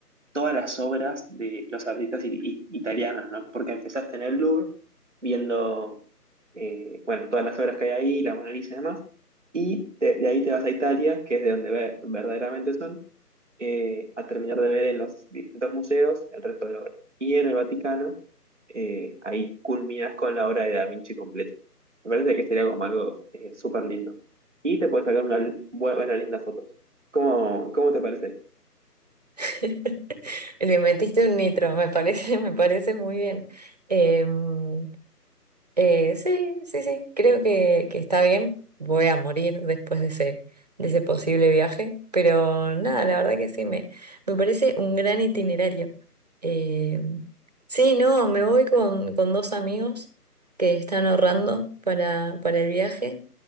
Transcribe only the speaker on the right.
<laughs> Le metiste un nitro, me parece, <laughs> me parece muy bien. Em, eh, sí, sí, sí, creo que, que está bien. Voy a morir después de ese, de ese posible viaje, pero nada, la verdad que sí, me, me parece un gran itinerario. Em, sí, no, me voy con, con dos amigos que están ahorrando para, para el viaje.